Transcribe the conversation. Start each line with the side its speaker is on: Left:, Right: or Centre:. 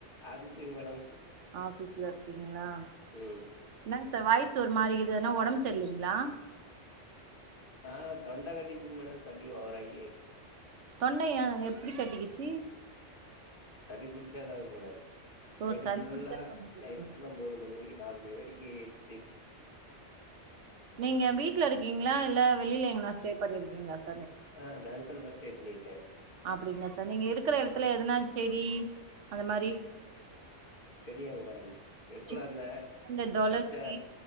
Left: ஆபீஸ்லிங் மேடம்
Right: ஆஃபீஸ்ல இருக்க நா
Left: ம்
Right: என்னக சார் வாயஸ் ஒரு மாரி இதுன்ன உடம்பு சரில்லிங்களா
Left: ஆஹ தொண்டா கட்டிகிச்சி மேடம் சளி ஓவராய்
Right: தொண்டைய எப்படி கட்டிகிசி
Left: சளி புடிச்சஎதாவது <inaudible>
Right: ஓ
Left: நைட்டு்
Right: சளி
Left: புல்லா
Right: புடிச்சா தொண்ட கட்டிக்கு
Left: நைட் புல்லா மூணு மணி நாலு மணி மகரிகஸ்
Right: நீங்க வீட்டுல இருக்கீங்களா இல்ல வெளியில எங்கனா ஸ்டே பண்ணிருக்கீங்ள <inaudible>
Left: ஆ நான்சல் அஷ் பே பண்ணிருக்கேன்
Right: அப்டிங்களா சார் நீங்க இருக்குற இடத்துல எதனா செடி அந்த மாரி
Left: செடியாங்க மேடம் வெக்கல
Right: சின்ன
Left: தா ஆ
Right: இந்த தொளசி
Left: வெச்ச